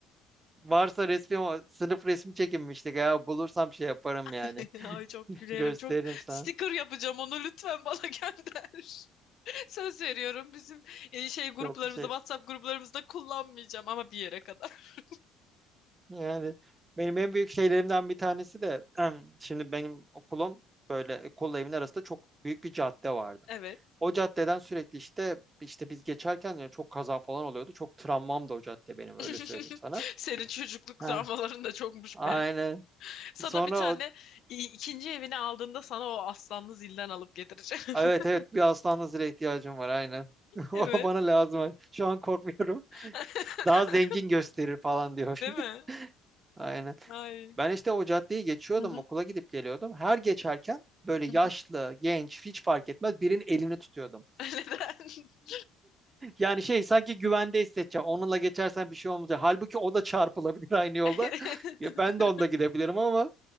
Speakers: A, on the right; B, on the left.
A: Varsa resmi o sınıf resmi çekinmiştik ya. Bulursam şey yaparım yani.
B: yana. <laughs> Ay çok
A: <laughs>
B: gülerim.
A: Gösteririm
B: Çok
A: sana.
B: sticker yapacağım onu lütfen bana gönder. <laughs> Söz veriyorum bizim e, şey gruplarımızda
A: Çok şey.
B: WhatsApp gruplarımızda kullanmayacağım ama bir yere kadar. <laughs>
A: Yani benim en büyük şeylerimden bir tanesi de <clears throat> şimdi benim okulum böyle e, kolla evin arasında çok büyük bir cadde vardı.
B: Evet.
A: O caddeden sürekli işte işte biz geçerken yani çok kaza falan oluyordu. Çok travmam da o cadde benim
B: <laughs>
A: öyle söyleyeyim sana.
B: Senin çocukluk travmaların
A: Ha,
B: da çokmuş
A: aynen.
B: be. Sana
A: Sonra
B: bir tane
A: o
B: i- ikinci evini aldığında sana o aslanlı zilden alıp getireceğim.
A: Ay, Evet
B: <laughs>
A: evet bir aslan nazire ihtiyacım var aynen. <laughs> O
B: Evet.
A: bana lazım. Şu an korkmuyorum.
B: <laughs>
A: Daha zengin gösterir falan diyor.
B: Değil
A: <laughs>
B: mi?
A: Aynen.
B: Ay.
A: Ben işte o caddeyi geçiyordum,
B: Hı hı.
A: okula gidip geliyordum. Her geçerken böyle yaşlı,
B: Hı hı.
A: genç hiç fark etmez birinin elini tutuyordum.
B: <laughs>
A: Yani şey sanki güvende hissedeceğim. Onunla geçersen bir şey olmayacak. Halbuki o da çarpılabilir aynı yolda.
B: Neden?
A: <laughs> Ya ben
B: <laughs>
A: de onda gidebilirim ama